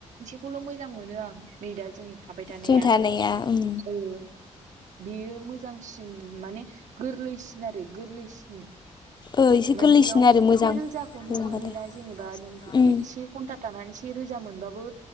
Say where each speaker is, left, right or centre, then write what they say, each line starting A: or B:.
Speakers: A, on the right; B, on the left.
A: खौल' मोजां मोनो आं नै दा जों थाबाय थानाया
B: जों उम
A: ओं नोम बेयो मोजांसिन माने गोरलैसिन आरो गोरलैसिन।
B: ओ एसे
A: माने
B: गोरलैसिन
A: इयाव
B: आरो मोजां
A: से रोजाखौनो
B: होमबालाय
A: मोनोना जेने बा नों गो
B: उम
A: ए एसे घन्टा थानानै से रोजा मोनबाबो